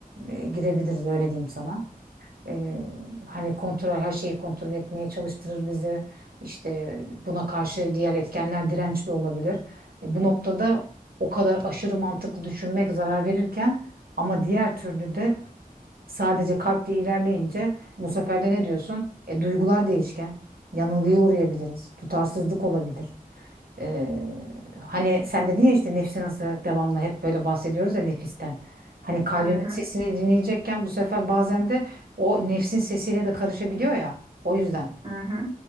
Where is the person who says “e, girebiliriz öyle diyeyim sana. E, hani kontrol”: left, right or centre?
Right